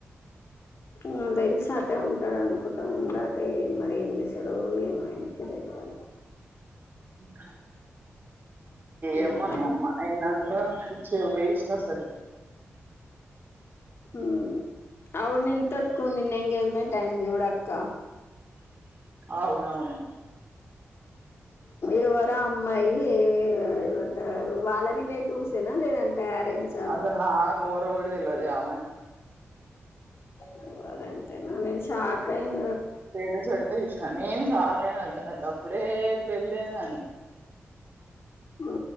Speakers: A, on the left; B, on the right.
A: ఉ తెలిసు అటే ఉంటాడు అనుకుంటా ఉంద అటే మరి ఏం చేస్తాడో ఏమో ఆయనకె తెలియాలి
B: క
A: మ్మ్
B: ఏమో ని అమ్మ అయిదాంట్లో పిచ్చి వెస్ట్ అసలు
A: ఉ అవును ఇంతకు నిన్న ఎంగేజ్మెంట్ అయింది చూడు అక్క
B: అవునవును
A: ఎవరు అమ్మాయి ఏ ఏమంటారు వాళ్ళ రిలేటివ్సేనా లేదంటే అరేంజా
B: అసలు నాకు ఎవరో కూడా తెల్వదు ఆమె
A: ఓ అదే తిన నేను షాక్ ఐన
B: స్టేటస్ పెడితే చూసిన నేను షాక్ అయిన అప్పుడే పెళ్లి ఏందని
A: హు